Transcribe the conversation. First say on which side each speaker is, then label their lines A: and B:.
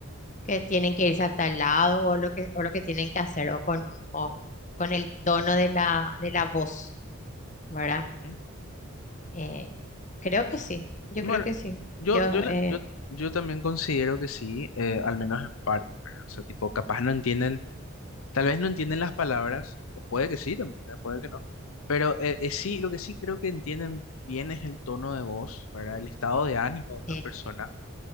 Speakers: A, on the left; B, on the left.
A: que tienen que irse hasta el lado o lo que, o lo que tienen que hacer o con, un- o con el tono de la, de la voz, ¿verdad?
B: Ujú.
A: Eh, creo que sí, yo
B: Bueno,
A: creo que sí.
B: yo,
A: yo
B: yo, la-
A: eh,
B: yo, yo también considero que sí, eh, al menos en parte, ¿verdad? O sea, tipo, capaz no entienden, tal vez no entienden las palabras, o puede que sí también, ¿verdad? Puede que no, pero eh, eh, sí, lo que sí creo que entienden bien es el tono de voz, ¿verdad? El estado de ánimo de una
A: eh,
B: persona.